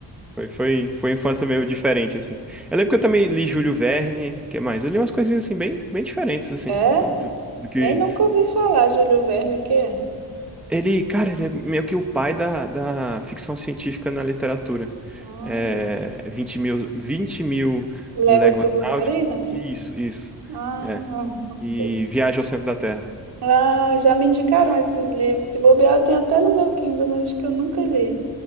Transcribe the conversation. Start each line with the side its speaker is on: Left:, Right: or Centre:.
Centre: Foi, foi, foi uma infância meio diferente, assim. Eu lembro que eu também li Júlio Verne, que mais? Eu li umas coisinhas assim, bem, bem diferentes, assim,
Right: É?
Centre: do, do, do que
Right: Nem nunca ouvi falar, Júlio Verne, o quê?
Centre: Ele, cara, ele é meio que o pai da, da ficção científica na literatura.
Right: Ah,
Centre: É, 20 mil, 20 mil
Right: Léguas
Centre: léguas
Right: Submarinas?
Centre: náuticas. Isso, isso.
Right: Ah,
Centre: É.
Right: ok.
Centre: E Viagem ao Centro da Terra.
Right: Ah, já me indicaram esses livros. Se bobear, tem até no meu Kindle, mas acho que eu nunca li.